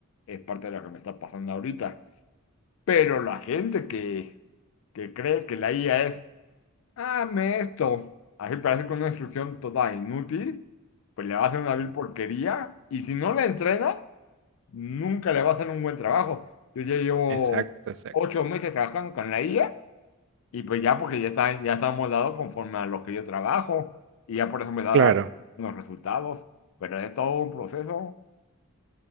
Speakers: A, on the left; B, on the right.
A: es parte de lo que me está pasando ahorita. Pero la gente que, que cree que la IA es, hazme esto, así parece con una instrucción total inútil, pues le va a hacer una vil porquería y si no la entrena, nunca le va a hacer un buen trabajo. Yo ya llevo
B: Exacto, exacto.
A: ocho meses trabajando con la IA. Y pues ya, porque ya está, ya está moldado conforme a lo que yo trabajo y ya por eso me da
B: Claro,
A: los resultados, pero es todo un proceso.